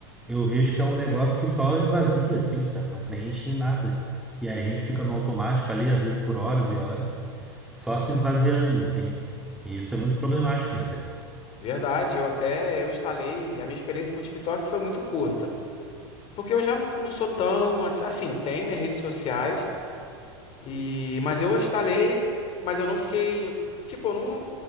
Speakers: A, in the centre; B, on the left.
A: eu vejo que é um negócio que só esvazia, assim, sabe? Não preenche em nada. E aí a gente fica no automático ali, às vezes por horas e horas, só se esvaziando, assim. E isso é muito problemático, né, cara?
B: verdade. Eu até eu instalei. A minha experiência com o TikTok foi muito curta. Porque eu já não não sou tão. ass- Assim, eu tenho minhas redes sociais, E, mas eu instalei, mas eu não fiquei, tipo, eu não,